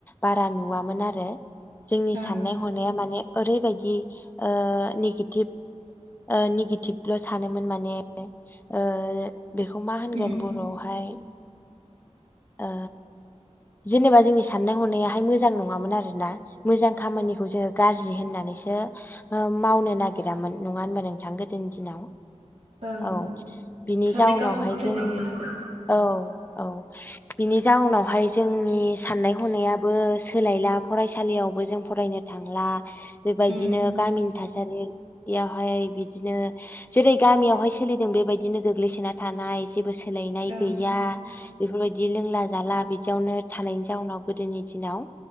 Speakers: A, on the left (about 15°); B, on the right (about 60°).
A: बारा नुवामोन आरो। जोंनि
B: ओं
A: साननाय हनाया माने ओरैबायदि ओ निगेटिभ ओ निगेटिभल' सानोमोन माने ओ बेखौ मा होनगोन
B: उम
A: बर'आवहाय ओ जेनेबा जोंनि साननाय हनायाहाय मोजां नङामोन आरोना मोजां खामानिखौ जोङो गाज्रि जि होननानैसो ओ मावनो ना गिरामोन नङा होनबा नोंथां गोदोनि दि दिनाव।
B: ओं
A: औ बिनि
B: थारमाने
A: जाउनावहाय
B: गावखौनो फोथायनाय
A: जों
B: गैया आरो
A: औ औ बिनि जाउनावहाय जोंनि साननाय हनायाबो सोलायला फरायसालियावबो जों फरायनो थांला। बेबायदिनो
B: उम
A: गामिनि थासारियावहाय बिदिनो जेरै गामियावहाय सोलिदों बेबायदिनो गोग्लैसोना थानाय जेबो सो सोलायनाय
B: ओं
A: गैया बेफोरबायदि लोंला जाला बिदियावनो थानायनि जाउनाव गोदोनि दिनाव